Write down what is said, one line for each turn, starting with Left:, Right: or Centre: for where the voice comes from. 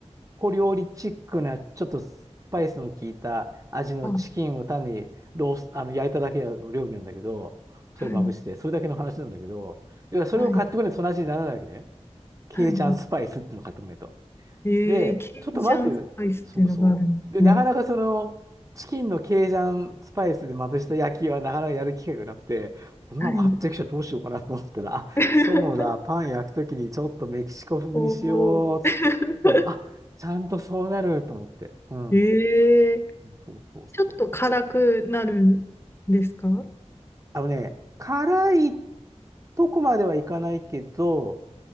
Right: コ料理チックな、ちょっとスパイスの効いた味のチキンを単にロース、
Left: あ、
Right: あの焼いただけの料理なんだけど、それまぶして、
Left: はい。
Right: それだけの話なんだけど、いやそれを買ってこないとその味にならないわけね。
Left: はい。
Right: ケイジャンスパイスっていうのを買ってこないと。
Left: はい。はいえー、
Right: で、
Left: ケイジャンスパイスっていうのがあるんですね。
Right: ちょっと待てよ、そうそう。で、なかなかその、チキンのケイジャンスパイスでまぶした焼きはなかなかやる機会がなくて、こんなの買ってきちゃどうしようかなと思ったら、
Left: はい。
Right: あ、
Left: <laughs>
Right: そうだ、パン焼くときにちょっとメキシコ風にしようっつって。
Left: おお。<laughs>
Right: だから、あ、ちゃんとそうなると思って。うん。
Left: ええ
Right: そうそうそう。
Left: ちょっと辛くなるんですかはい。
Right: あのね、辛いとこまではいかないけど、